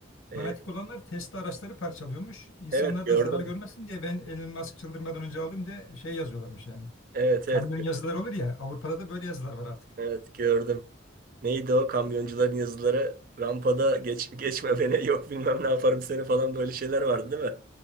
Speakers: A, on the left; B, on the right.
A: Fanatik
B: E,
A: olanlar Tesla araçları parçalıyormuş. İnsanlar
B: evet gördüm.
A: da zarar görmesin diye ben Elon Musk çıldırmadan önce aldım diye şey yazıyorlarmış yani.
B: Evet
A: Kamyon
B: evet
A: yazılar olur ya Avrupa'da da böyle yazılar var artık.
B: evet gördüm. Neydi o kamyoncuların yazıları rampada geç, geçme beni yok bilmem ne yaparım seni falan böyle şeyler vardı değil mi?